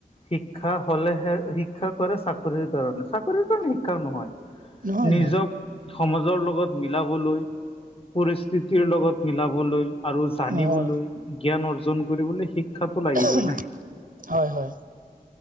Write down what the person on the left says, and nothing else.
শিক্ষা হ'লেহে শিক্ষা কৰে চাকৰিৰ কাৰণে, চাকৰিৰ কাৰণে শিক্ষা নহয়।
নিজক সমাজৰ লগত মিলাবলৈ, পৰিস্থিতিৰ লগত মিলাবলৈ। আৰু জানিবলৈ,
জ্ঞান অৰ্জন কৰিবলৈ শিক্ষাটো লাগিবই
না।